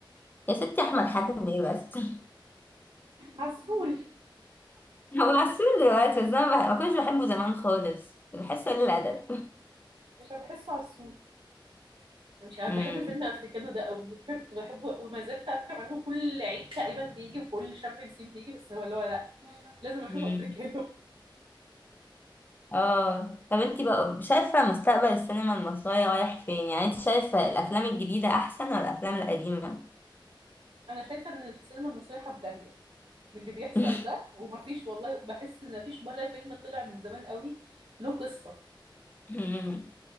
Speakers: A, on the left; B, on the right.
A: يا ستي احمد حاتم ايه بس
B: عسول
A: <laughs> هو عسول دلوقتي بس انا بح- ما كنتش بحبه زمان خالص بحسه قليل
B: مش
A: الادب
B: عارف- مش عارف، بحسه عسول مش عارف
A: امم
B: بحب فيلم أفريكانو ده قوي على فكرة كنت بحبه وما زلت على فكرة مع إنه كل عيد تقريبا بيجي وكل شم نسيم بيجي بس أنا اللي هو لأ لازم أشوف
A: أمم.
B: أفريكانو
A: اه طب انتي بقى شايفه مستقبل السينما المصريه رايح فين يعني انت شايفه الافلام الجديده احسن ولا الافلام القديمه
B: أنا شايفة إن السينما المصرية حبدانية باللي بيحصل
A: <laughs>
B: ده ومفيش والله بحس إن مفيش ولا فيلم طلع من زمان قوي له قصة
A: أمم.